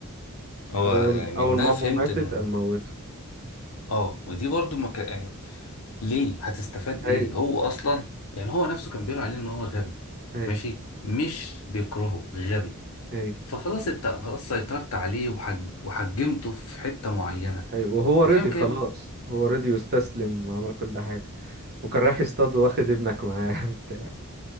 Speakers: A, on the left; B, on the right.
A: هو
B: اول
A: يعني
B: اول
A: منها
B: ما
A: فهمت
B: امه ماتت
A: انه
B: قام موته
A: اه ودي برضو مك... يعني ليه هتستفاد ايه
B: ايوه
A: هو اصلا يعني هو نفسه كان بيقول عليه ان هو غبي
B: ايوه
A: ماشي مش بيكرهه غبي
B: ايوه
A: فخلاص انت خلاص سيطرت عليه وحج... وحجمته في حتة معينة
B: ايوه وهو
A: بتعمل
B: رضي
A: كده
B: خلاص
A: ليه؟
B: هو رضي واستسلم وعمل كل حاجة وكان رايح يصطاد واخد ابنك معاه <laughs> وبتاع